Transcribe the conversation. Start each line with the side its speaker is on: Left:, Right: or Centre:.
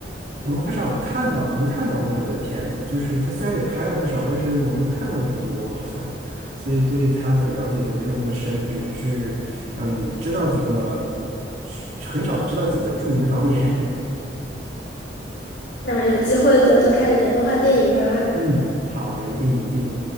Right: 我们很少看到能看到欧洲的片子，就是它虽然也拍了不少，但是我们能看到的不多，好像，所以对它的了解就没有那么深，只是嗯，知道几个，很少知道几个著名的导演。
Left: 那有机会再多看一点动画电影吧。
Right: <laughs> 嗯，好的，一定一定。